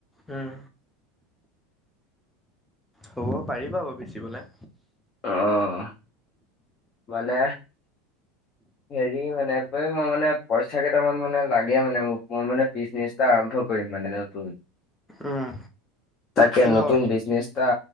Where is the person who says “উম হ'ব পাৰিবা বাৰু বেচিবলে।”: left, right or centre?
Centre